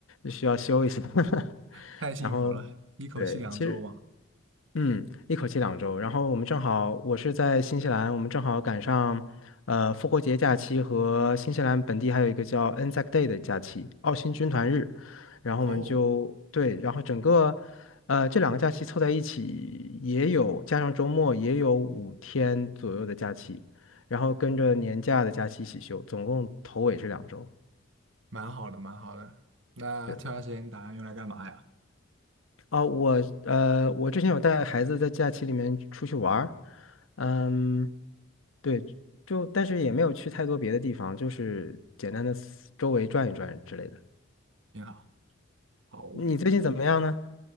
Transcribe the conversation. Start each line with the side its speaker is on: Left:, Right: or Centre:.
Left: 需要休一下。<laughs>
Right: 太幸福了，
Left: 然后
Right: 一口气两周嘛。
Left: 对，其实嗯，一口气两周。然后我们正好，我是在新西兰，我们正好赶上，呃，复活节假期和新西兰本地还有一个叫 Anzac Day 的假期，澳新军团日。然后我们就对，
Right: 哦，
Left: 然后整个，呃，这两个假期凑在一起，也有加上周末也有五天左右的假期，然后跟着年假的假期一起休，总共头尾是两周。
Right: 蛮好的，蛮好的。那这段时间你打算用来干嘛呀？
Left: 对，哦，我呃，我之前有带孩子在假期里面出去玩儿，嗯。对，就但是也没有去太多别的地方，就是简单的周围转一转之类的。
Right: 你好。好，
Left: 你最近怎么样呢？